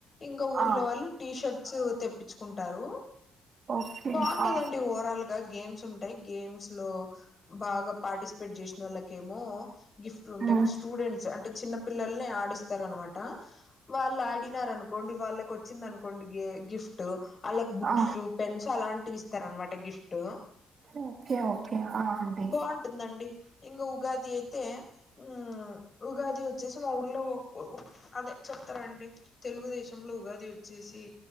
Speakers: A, on the left (about 35°); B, on the right (about 45°).
A: ఇంక ఊర్లో
B: ఆ
A: వాళ్ళు టీ షర్ట్స్ తెప్పిచ్చుకుంటారు
B: ఓకే
A: బావుంటందండి
B: ఆ
A: ఓవరాల్ గ గేమ్స్ ఉంటాయి గేమ్స్ లో బాగా పార్టిసిపేట్ చేసినోళ్ళకేమో గిఫ్ట్ లుంటాయి
B: ఉమ్
A: ఇప్పుడు స్టూడెంట్స్ అంటే చిన్న పిల్లల్నే ఆడిస్తారనమాట వాళ్ళయ్ డినారనుకోండి వాళ్ళకొచ్చిందనుకోండి గే గిఫ్ టు ఆళ్ళక్ బుక్స్,
B: ఆ
A: పెన్స్ అలాంటివిస్తారనమాట గిఫ్ట్
B: ఓకే ఓకే ఆ అండి
A: బావుంటుందండి ఇంగ ఉగాది అయితే ఉమ్ ఉగాది వచ్చేసి మా ఊర్లో ఒ ఒ ఒ అదే చెప్తరండి తెలుగుదేశంలో ఉగాది చ్చేసి